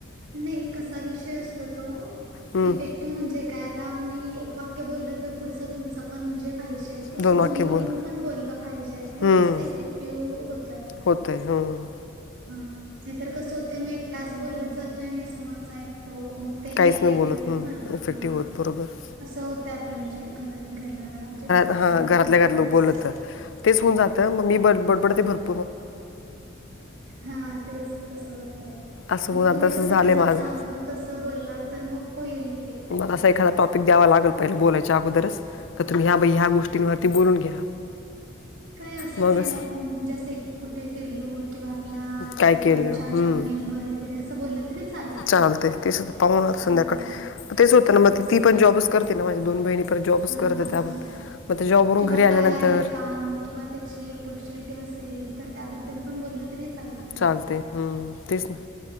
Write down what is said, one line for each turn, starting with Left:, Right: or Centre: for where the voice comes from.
Right: नाही, कसा विषय असतो तो,
Left: हम्म,
Right: इफेक् टिव्ह म्हणजे काय आता, मी एक वाक्य बोललं तर पुढचं तुमचं पण म्हणजे पाहिजे तर असं
Left: दोन
Right: दोन्हीकडून
Left: वाक्य बोल
Right: पण बोलणं पाहिजे, तरच
Left: हम्म,
Right: ते इफेक्टिव्ह होतंय.
Left: होतंय, ह्म्म
Right: हा, नाही तर कस होतंय मग एकटाच बोलत जातोय आणि समोरचा ऐकतो, मग ते नाही
Left: काहीच
Right: इफेक्टिव्ह
Left: बोलत
Right: होतं ना,
Left: इफेक्टिव्ह
Right: हा
Left: होत बरोबर
Right: असं होतं आपलं म्हणजे घर घरला म्हणजे घरातल्या
Left: हां
Right: घरात
Left: घरातल्या
Right: बोललं तर
Left: लोक
Right: असतं,
Left: बोललं तेच होऊन जातं
Right: ह
Left: मग मी ब बडबड ते भरप
Right: हा तेच, तसं होतंय.
Left: असं
Right: मग
Left: होऊन आता
Right: तुम्ही
Left: असं
Right: तसं
Left: झालं
Right: त्यांना
Left: आहे माझं
Right: सांगून तसं बोललात तर मग होईल. इफेक्टिव्ह.
Left: म मला असा एखादा टॉपिक द्यावा लागल पहिलं बोलायच्या अगोदरच, क तु ह्या बई ह्या गोष्टी टीन वरती बोलून घ्या.
Right: काय असं
Left: मगच
Right: काही नाही आपण, म्हणजे असं कुठे फिरलो किंवा आपला आता
Left: काय केलं
Right: पर्यंतच्या आठवणींवर
Left: हम्म
Right: वगैरे असं बोललं तरी चालतंय,
Left: चालते तेच आता पाहून
Right: हा.
Left: आता संध्याकाळ तेच होत ना मग ती पण जॉबच करते ना माझ्या दोन बहिणी परत जॉबच
Right: हा
Left: करतात
Right: हा
Left: त्या पण
Right: हा
Left: मग त्या जॉबवरून
Right: किंवा
Left: घरी आल्यानंतर
Right: काय आहे काम किंवा त्याची ऑपॉर्च्युनिटी असेल तर त्याबद्दल पण बोललं तरी चाललं
Left: चालतय, हम्म तेच ना